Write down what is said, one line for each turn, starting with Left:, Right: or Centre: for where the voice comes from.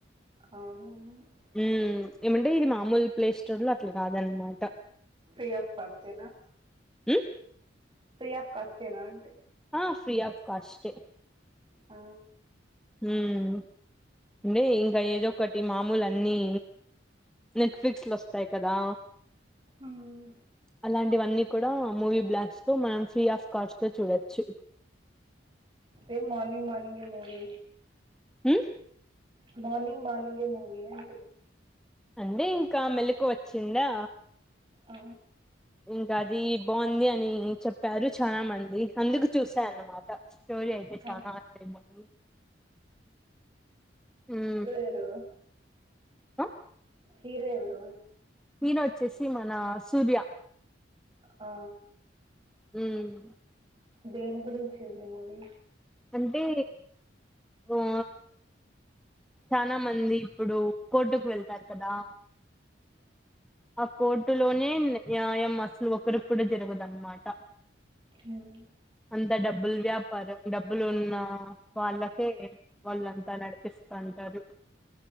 Right: అవును
Centre: ఉమ్ ఏమండి ఇది మామూలు ప్లే స్టోర్ లో అట్లా రాదన్నమాట
Right: ఫ్రీ ఆఫ్ కాస్ట్ ఏనా
Centre: ఉమ్,
Right: ఫ్రీ ఆఫ్ కాస్ట్ ఏనా అంటే
Centre: ఆ ఫ్రీ ఆఫ్ కాస్ట్ ఏ
Right: ఆ
Centre: ఉమ్ అంటే ఇంకా ఏదో ఒకటి మామూలు అన్ని నెట్ ఫ్లిక్స్ లో వస్తాయి కదా
Right: మ్మ్,
Centre: అలాంటివన్నీ కూడా మూవీ బ్లాస్ట్ తో మనం ఫ్రీ ఆఫ్ కాస్ట్ తో చూడొచ్చు
Right: ఏం మార్నింగ్ మార్నింగే మూవి
Centre: హమ్
Right: మార్నింగ్ మార్నింగే మూవీ ఆ
Centre: అంటే ఇంకా మెలుకువా వచ్చిందా
Right: ఆ
Centre: ఇంకా అది బాగుంది అని చెప్పారు చాలా మంది అందుకు చూసానన్నా మాట స్టోరి అయితే చానా
Right: ఆ.
Centre: అదిరిపోతుంది హమ్
Right: హలో
Centre: ఆ
Right: హీరో ఎవరు
Centre: హీరో వచ్చేసి మన సూర్య
Right: ఆ
Centre: ఉమ్
Right: దేని గురించి ఉంది మూవీ
Centre: అంటే ఆ చాలా మంది ఇప్పుడు కోర్టుకు వెళ్తారు కదా ఆ కోర్టులోనే నా న్యాయం అసలు ఒకరి కూడా జరగదన్నమాట
Right: ఉమ్
Centre: అంత డబ్బులు వ్యాపారం డబ్బులు ఉన్నా వాళ్ళకే వాళ్ళంతా నడిపిస్తంటారు